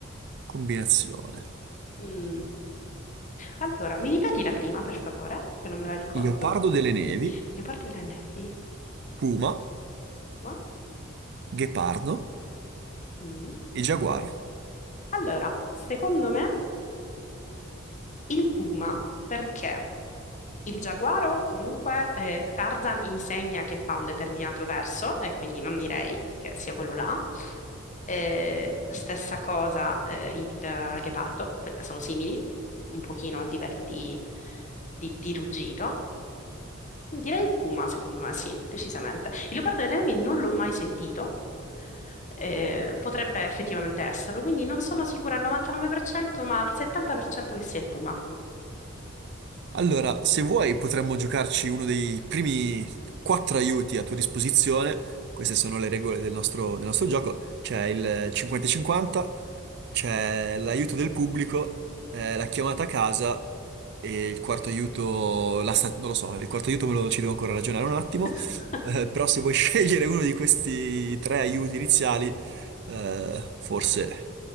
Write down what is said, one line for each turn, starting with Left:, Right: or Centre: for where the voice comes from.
Right: combinazione.
Left: Mm, Allora, mi ripeti la prima, per favore, che non me la ricordo.
Right: Leopardo delle nevi,
Left: Leopardo delle nevi.
Right: puma,
Left: Ma?
Right: ghepardo
Left: Mm.
Right: e giaguaro.
Left: Allora, secondo me il puma, perché il giaguaro comunque eh, Tarzan insegna che fa un determinato verso e quindi non direi che sia quello là. Eh, stessa cosa eh, il eh, ghepardo, per- sono simili, un pochino a livello di, di- di ruggito. Direi il puma, secondo me, sì, decisamente. Il leopardo delle nevi non l'ho mai sentito, eh, potrebbe effettivamente esserlo, quindi non sono sicura al 99%, ma al 70% che sia il puma.
Right: Allora, se vuoi potremmo giocarci uno dei primi quattro aiuti a tua disposizione. Queste sono le regole del nostro, del nostro gioco. C'è il 50-50 c'è l'aiuto del pubblico, eh, la chiamata a casa e il quarto aiuto, la sta- non lo so, il quarto aiuto me lo ci devo ancora ragionare
Left: <laughs>
Right: un attimo, eh, però se vuoi <laughs> scegliere uno di questi tre aiuti iniziali, eh, forse,